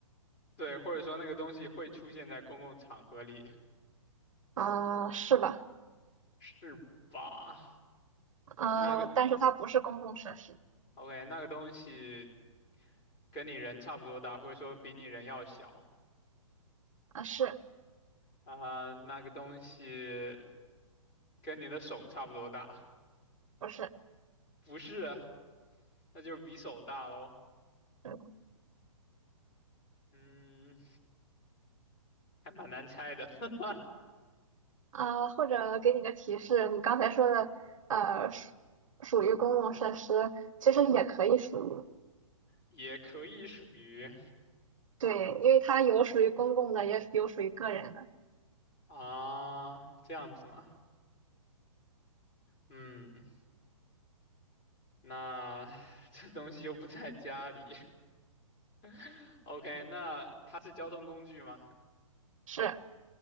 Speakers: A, on the left (about 20°); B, on the right (about 65°).
A: 对，或者说那个东西会出现在公共场合里，
B: 嗯、是吧？
A: 是吧？
B: 嗯、
A: 那个
B: 但是它不是公共设施。
A: ，OK，那个东西跟你人差不多大，或者说比你人要小
B: 啊，是
A: 啊，那个东西跟你的手差不多大，
B: 不是？
A: 不是啊，那就是比手大喽。
B: 嗯。
A: 嗯，还蛮难猜的，<laughs>
B: 啊，或者给你个提示，你刚才说的，呃，属属于公共设施，其实也可以属于，
A: 也可以属于
B: 对，因为它有属于公共的，也有属于个人的，
A: 啊，这样子嘛。嗯，那 <laughs> 这东西又不在家里。<laughs> OK，那它是交通工具吗？
B: 是